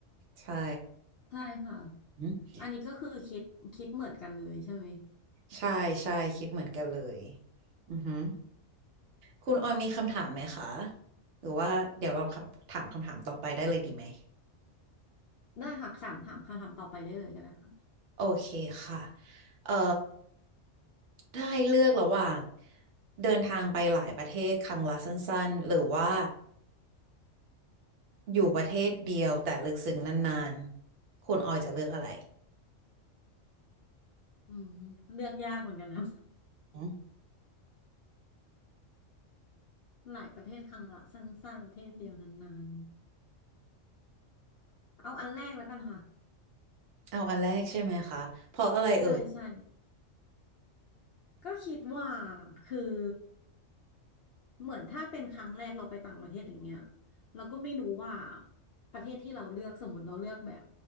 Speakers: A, on the right (about 70°); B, on the left (about 60°).
A: ใช่
B: ใช่ค่ะ
A: อืม
B: อันนี้ก็คือคิดคิดเหมือนกันเลยใช่ไหม
A: ใช่ใช่คิดเหมือนกันเลยอือหือคุณออยมีคำถามไหมคะหรือว่าเดี๋ยวเราคำถามคำถามต่อไปได้เลยดีไหม
B: ได้ค่ะสามถามคำถามต่อไปได้เลยก็ได้ค่ะ
A: โอเคค่ะเอ่อถ้าให้เลือกระหว่างเดินทางไปหลายประเทศครั้งละสั้นๆหรือว่าอยู่ประเทศเดียวแต่ลึกซึ้งนานๆคุณออยจะเลือกอะไร
B: อืมเลือกยากเหมือนกันนะ
A: อืม
B: <laughs> หลายประเทศครั้งละสั้นๆประเทศเดียวนานๆเอาอันแรกแล้วกันค่ะ
A: เอาอันแรกใช่ไหมคะเพราะอะไรเอ่ย
B: ใช่ใช่ ก็คิดว่าคือเหมือนถ้าเป็นครั้งแรกเราไปต่างประเทศอย่างเงี้ยเราก็ไม่รู้ว่าประเทศที่เราเลือกสมมติเราเลือกแบบ